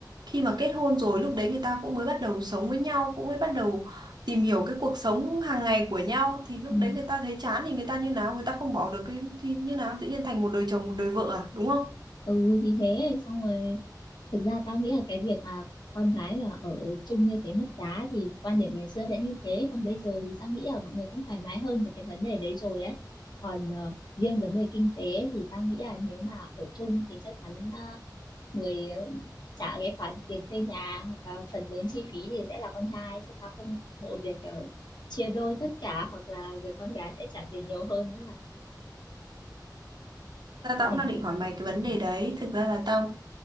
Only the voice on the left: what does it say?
ừ,
ừ thì thế xong rồi Thực ra tao nghĩ là cái việc mà con gái mà ở chung như thế mất giá thì quan điểm ngày xưa sẽ như thế còn bây giờ thì tao nghĩ là mọi người cũng thoải mái hơn về cái vấn đề đấy rồi ấy còn ờ, riêng vấn đề kinh tế thì tao nghĩ là nếu mà ở chung thì chắc chắn ờ, người ờ, trả cái khoản tiền thuê nhà hoặc là phần lớn chi phí thì sẽ là con trai chứ tao không ủng hộ việc ờ, chia đôi tất cả hoặc là người con gái sẽ trả tiền nhiều hơn đấy mà
Đấy.
ừ.